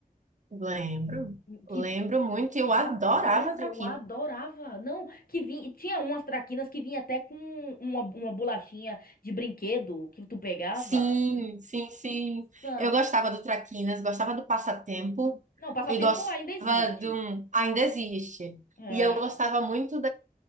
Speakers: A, on the right; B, on the left.
A: Lembro.
B: Que
A: Lembro
B: vi...
A: muito. Eu adorava
B: Rapaz,
A: traquinas.
B: eu adorava. Não, que vinha, tinha umas traquinas que vinha até com uma, uma bolachinha de brinquedo que tu pegava.
A: Sim, sim, sim.
B: Nossa.
A: Eu gostava do traquinas, gostava do passatempo
B: Não, passatempo
A: e gostava
B: ainda existe.
A: de um... Ainda existe.
B: É.
A: E eu gostava muito